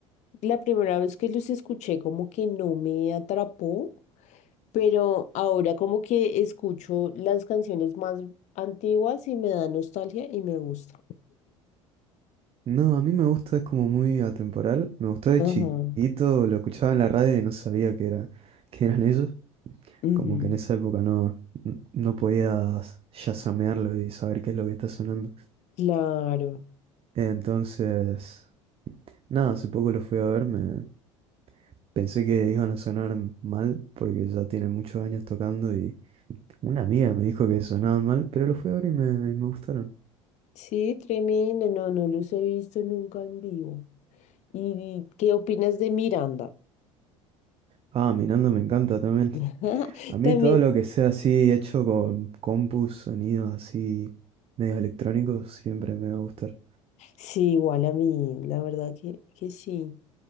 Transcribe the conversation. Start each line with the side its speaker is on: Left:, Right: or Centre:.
Left: la primera vez que los escuché como que no me atrapó, pero ahora como que escucho las canciones más antiguas y me da nostalgia y me gusta.
Right: No, a mí me gusta, es como muy atemporal. Me gustó de
Left: Ajá.
Right: chiquito, lo escuchaba en la radio y no sabía que era, que eran ellos.
Left: ujú.
Right: Como que en esa época no, n- no podías chasamearlo y saber qué es lo que está sonando.
Left: Claro.
Right: Entonces, nada, hace poco lo fui a ver, me pensé que iban a sonar mal porque ya tienen muchos años tocando y una amiga me dijo que sonaban mal, pero lo fui a ver y me, me gustaron.
Left: Sí, tremendo. No, no los he visto nunca en vivo. ¿Y qué opinas de Miranda?
Right: Ah, mirando me encanta también.
Left: <laughs>
Right: A mí
Left: También,
Right: todo lo que sea así hecho con compus, sonidos así medios electrónicos, siempre me va a gustar.
Left: sí, igual a mí, la verdad que, que sí.